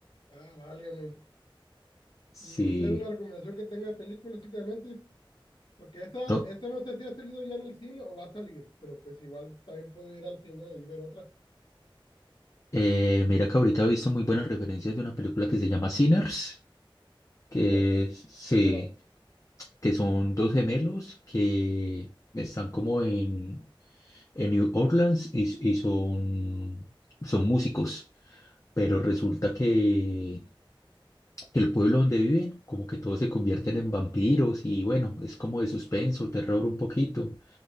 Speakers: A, on the left; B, on the left.
A: Ah, válgame.
B: Sí,
A: ¿Y usted una recomendación que tenga de películas últimamente? Porque esta,
B: no.
A: esta no sé si ha salido ya en el cine o va a salir, pero pues igual también puedo ir al cine y ver otra.
B: eh, mira que ahorita he visto muy buenas referencias de una película que se llama Sinners,
A: Sinners,
B: que es- sí,
A: ¿de qué va?
B: que son dos gemelos que están como en En New Orleans y, y son, son músicos, pero resulta que, que el pueblo donde viven, como que todos se convierten en vampiros y bueno, es como de suspenso, terror un poquito.